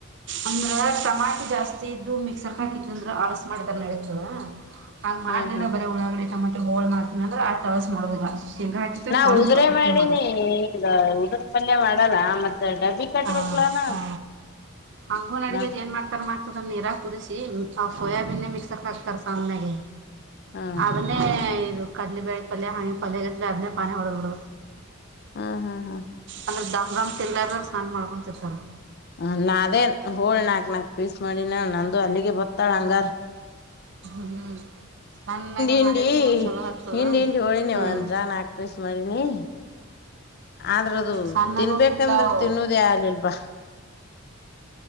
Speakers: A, on the right; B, on the left.
A: ಅಂದ್ರಟಮಾಟೆ ಜಾಸ್ತಿ ಇದ್ದು ಮಿಕ್ಸರ್ ಹಾಕಿತ್ತು ಅಂದ್ರೆ ಆಲಸ ಮಾಡಿದ ನಡತವ ಹಂಗ್ ಮಾಡ್ಲಿಲ್ಲ
B: ಹ್ಮ್ ಹ್ಮ್
A: ಬರೇ ಉಳಾಗಡಿ ಮತ್ತ ಹೋಳ ಮಾಡ್ತೀನ ಅಂದ್ರೆ ತಳಸ ಮಾಡೋದಿಲ್ಲ ಸಿಗ ಆಕುತ್ತ
B: ನಾ
A: ಸ್ವಲ್ಪ
B: ಉದುರೆ
A: ಅತ್ತೆ
B: ಮಾಡಿನಿ
A: ಮಾಡೋದು
B: ಈಗ ಉದರ್ ಪಲ್ಯ ಮಾಡಲ್ಲಾ ಮತ್ತೆ ಡಬ್ಬಿ ಕಟ್ಬೇಕಕ್ಲಾನ
A: ಹಾ ಹಾ ಹಂಗೂ ನಡಿದದ
B: ನಾ
A: ಏನ್ ಮಾಡ್ತಾರ ಮತದ ನೀರಾ ಕುದಿಸ ಸೋಯಾಬೀನ್ ಮಿಕ್ಸರ್ ಕಷ್ಟತಾರೆ ಸನೆಗೆ
B: ಹಾ
A: ಅದನ್ನೇ ಇದು ಕಡ್ಲಿ ಬೇಳಿ ಪಲ್ಯ ಹಿ ಪಲ್ಯಗತ್ಲೆ ಅದನೇ ಪಾನಿ ಹೊಡದ ಬಿಡ
B: ಹಾ ಹಾ ಹಾ
A: ಅಂದ್ರ ದಾಮ್ಮ್ ತಿಲ್ಲಾರ ಸ್ನಾನು ಮಾಡ್ಕೊತಿರ್ತಾರೆ
B: ಹ ನಾವೇ ಹೋಳ್ ನಾಕ್ ನಾಕು ಪೀಸ್ ಮಾಡಿನ ನಂದು ಅಲ್ಲಿಗೆ ಬೊತ್ತಾಳ ಹಂಗಾರ್
A: ಹ್ಮ್ ಹ್ಮ್ ಚೆನ್ನಾಗೆ
B: ಹಿಂಡಿ
A: ಮಾಡಿದ್ರು ನ ಚಲೋ ಹತದ
B: ಹಿಂಡಿ ಹಿಂಡಿ ಹೋಳಿನಿ
A: ಹ್ಮ್
B: ಒಂದ್ರ ನಾಕ್ ಪೀಸ್ ಮಾಡಿನಿ ಆದ್ರ ಅದು
A: ಸಣ್ಣನೂ
B: ತಿನ್ಬೇಕಂದ್ರೆ
A: ಸಿಗ್ತಾವ
B: ತಿನ್ನುದೇ ಆಗ್ಲಿಲ್ವಾ